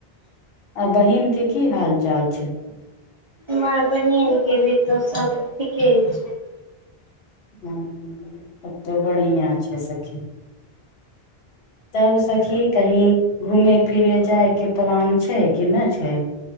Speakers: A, on the left; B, on the right.
A: आ बहिन केँ की हाल चाल छै
B: माय बहिन केँ भी तो सभ ठीके छै
A: <unintelligible> तब तऽ बढ़िया छै सखी तब सखी कही घूमे फिरे जाय केँ प्लान छै कि नै छै